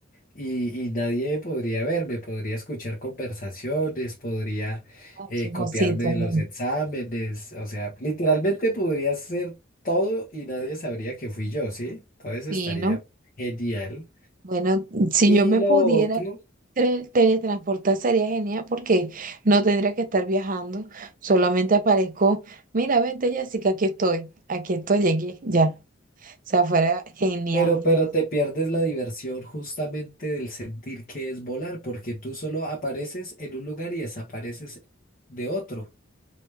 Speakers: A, on the left (about 45°); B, on the right (about 45°).
A: Y, y nadie podría verme, podría escuchar conversaciones, podría
B: Ah,
A: eh,
B: chismosito,
A: copiarme de los
B: lindo.
A: exámenes, o sea, literalmente podría hacer todo y nadie sabría que fui yo, ¿sí? Entonces estaría
B: Fino.
A: genial.
B: Bueno, si
A: Y
B: yo me
A: lo
B: pudiera
A: otro,
B: tre- teletransportar sería genial porque no tendría que estar viajando, solamente aparezco, mira, vente Jessica, aquí estoy, aquí estoy, llegué, ya. O sea, fuera genial,
A: pero,
B: de
A: pero
B: verdad.
A: te pierdes la diversión justamente del sentir que es volar, porque tú solo apareces en un lugar y desapareces de otro.